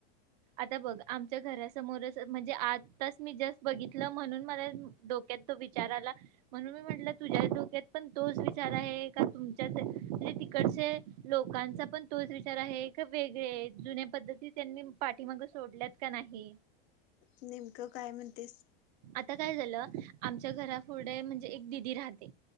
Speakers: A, on the right; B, on the left.
A: आता बघ आमच्या घरासमोरच, म्हणजे आताच मी जस्ट बघितलं म्हणून मला <unintelligible> तो विचार आला. म्हणून मी म्हटल तुझ्या डोक्यात पण तोच विचार आहे का तुमच्या तिकडचे लोकांचा पण तोच विचार आहे, कि वेगळे, जुन्या पद्धती त्यांनी पाठीमाग सोडल्यात का नाही?
B: नेमकं काय म्हणतेस.
A: आता काय झालं आमच्या घरा पुढं, म्हणजे एक दिदी राहते.